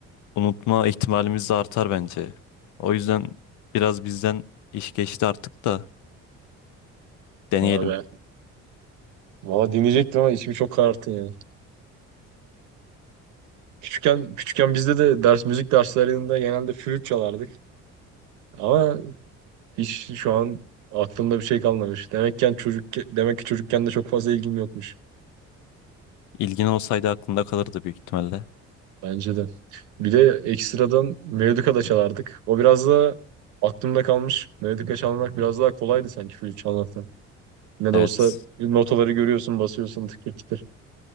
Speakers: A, on the left; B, on the right.
A: unutma ihtimalimiz de artar bence. O yüzden biraz bizden iş geçti artık da deneyelim.
B: Vay be. Valla dinleyecektim ama içimi çok kararttın ya. Küçükken küçükken bizde de ders müzik derslerinde genelde flüt çalardık. Ama hiç şu an aklımda bir şey kalmamış. Demekken çocuk demek ki çocukken de çok fazla ilgim yokmuş.
A: İlgin olsaydı aklında kalırdı büyük ihtimalle.
B: Bence de. Bir de ekstradan melodika da çalardık. O biraz da aklımda kalmış. Melodika çalmak biraz daha kolaydı sanki flüt çalmaktan. Ne
A: Evet.
B: de olsa notaları görüyorsun, basıyorsun tık tık tık.